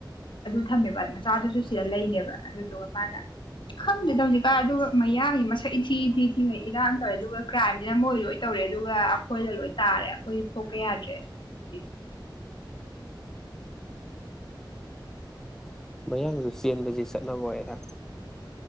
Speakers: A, on the left; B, in the centre.
A: ꯊꯝꯃꯦꯕ ꯃꯆꯥꯗꯨꯁꯨ ꯁꯤꯗ ꯂꯩꯅꯦꯕ ꯑꯗꯨꯗꯨꯒ ꯃꯥꯅ ꯈꯪꯗꯦ ꯇꯧꯁꯤꯀꯥ ꯑꯗꯨꯒ ꯃꯌꯥꯒꯤ ꯃꯁꯛ ꯏꯊꯤ ꯏꯊꯤ ꯊꯤꯉꯩ ꯏꯔꯥꯡ ꯇꯧꯋꯦ ꯑꯗꯨꯒ ꯀ꯭ꯔꯥꯏꯝ ꯁꯤꯅ ꯃꯣꯏ ꯂꯣꯏ ꯇꯧꯔꯦ ꯑꯗꯨꯒ ꯑꯩꯈꯣꯏꯗ ꯂꯣꯏ ꯇꯥꯔꯦ ꯑꯩꯈꯣꯏ ꯊꯣꯛꯄ ꯌꯥꯗ꯭ꯔꯦ ꯍꯧꯗꯤ
B: ꯃꯌꯥꯡꯁꯨ ꯆꯦꯟꯕꯁꯤ ꯆꯠꯅꯕ ꯑꯣꯏꯔꯦ